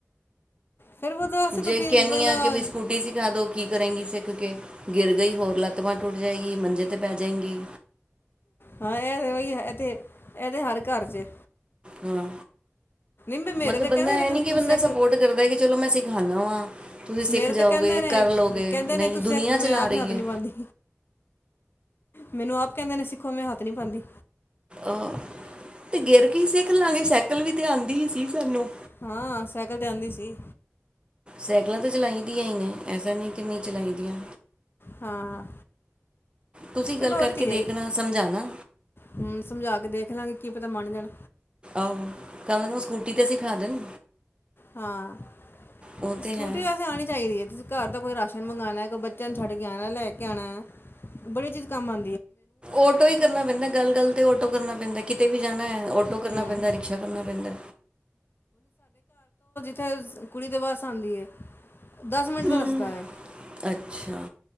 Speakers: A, on the left; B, on the right.
A: ਫਿਰ ਉਹਦੇ ਵਾਸਤੇ
B: ਜੇ
A: ਤੁਸੀਂ
B: ਕਹਿੰਨੀ
A: ਪਹਿਲਾਂ
B: ਆਂ ਕੇ ਬਈ ਸਕੂਟੀ ਸਿਖਾ ਦੋ, ਕੀ ਕਰੇਗੀ ਸਿੱਖ ਕੇ ਗਿਰ ਗਈ ਹੋਰ ਲੱਤ ਬਾਂਹ ਟੁੱਟ ਜਾਏ ਕੀ ਮੰਜੇ ਤੇ ਪੈ ਜਏਂਗੀ।
A: ਹਾਂ, ਇਹ ਤੇ ਉਹੀ ਇਥੇ ਇਹ ਤੇ ਹਰ ਘਰ ਚ ਏ
B: ਹਾਂ,
A: ਮੈਂ ਮੇਰੇ
B: ਮਤਲਬ
A: ਤੇ ਕਹਿੰਦੇ
B: ਬੰਦਾ
A: ਨੇ
B: ਇਹ
A: ਤੂੰ
B: ਨੀਂ ਕਿ
A: ਤੂੰ
B: ਬੰਦਾ
A: ਸਿੱਖ
B: ਸਪੋਰਟ ਕਰਦਾ ਕਿ ਚਲੋ ਮੈਂ ਸਿਖਾਨਾਂ ਵਾਂ ਤੁਸੀਂ ਸਿੱਖ
A: ਮੇਰੇ ਤੇ
B: ਜਾਓਗੇ,
A: ਕਹਿੰਦੇ ਨੇ
B: ਕਰ ਲੋਗੇ
A: ਕਹਿੰਦੇ
B: ਨਈਂ
A: ਨੇ ਤੂੰ ਸਿੱਖ
B: ਦੁਨੀਆਂ ਚਲਾ
A: ਮੈਂ ਆਪ
B: ਰਹੀ
A: ਹੀ ਹੱਥ ਨਹੀਂ
B: ਐ।
A: ਪਾਉਂਦੀ ਮੈਨੂੰ ਆਪ ਕਹਿੰਦੇ ਨੇ ਸਿੱਖੋ ਮੈਂ ਹੱਥ ਨੀ ਪਾਂਦੀ।
B: ਅ ਤੇ ਗਿਰ ਕੇ ਹੀ ਸਿਖ ਲਾਂਗੇ ਸਾਈਕਲ ਵੀ ਤੇ ਆਂਦੀ ਸੀ ਸਾਨੂੰ
A: ਹਾਂ, ਸਾਈਕਲ ਤੇ ਆਂਦੀ ਸੀ।
B: ਸਾਈਕਲਾਂ ਤਾਂ ਚਲਾਈ ਦੀਆਂ ਨੇ ਐਸਾ ਨਹੀ ਕਿ ਨਈਂ ਚਲਾਈਦੀਆਂ।
A: ਹਾਂ।
B: ਤੁਸੀਂ
A: ਚਲੋ
B: ਗੱਲ ਕਰਕੇ
A: ਧੀਏ
B: ਦੇਖਣਾ ਸਮਝਾਣਾ।
A: ਹਮ, ਸਮਝਾ ਕੇ ਦੇਖ ਲਾਂਗੇ ਕੀ ਪਤਾ ਮੰਨ ਜਾਣ
B: ਆਹੋ, ਤਾਂ ਉਹਨੂੰ ਸਕੂਟੀ ਤੇ ਸਿਖਾ ਦੇਣ।
A: ਹਾਂ,
B: ਉਹ
A: ਸਕੂਟੀ
B: ਤੇ ਹੈ
A: ਵੇਸੇ ਆਣੀ ਚਾਈਦੀ ਐ, ਤੁਸੀਂ ਘਰ ਦਾ ਕੋਈ ਰਾਸ਼ ਮੰਗਵਾਣਾ ਕੋਈ ਬੱਚਿਆਂ ਨੂੰ ਛੱਡ ਕੇ ਆਣਾ, ਲੈ ਕੇ ਆਣਾ ਬੜੀ ਚੀਜ਼ ਕੰਮ ਆਂ
B: ਓਟੋ ਈਂ ਕਰਨਾ ਪੈਂਦਾ ਗੱਲ-ਗੱਲ ਤੇ ਓਟੋ ਕਰਨਾ। ਪੈਂਦਾ ਕਿਤੇ ਵੀ ਜਾਣਾ ਐ। ਓਟੋ ਕਰਨਾ
A: ਹੂੰ
B: ਪੈਂਦਾ, ਰਿਕਸ਼ਾ ਕਰਨਾ ਪੈਂਦਾ।
A: ਥੇ ਕੁੜੀ ਦੇ ਵਸ ਆਂਦੀ ਏ ਦਸ ਮਿੰਟ
B: ਹੂੰ
A: ਦਾ ਰਸਤਾ ਐ,
B: ਅੱਛਾ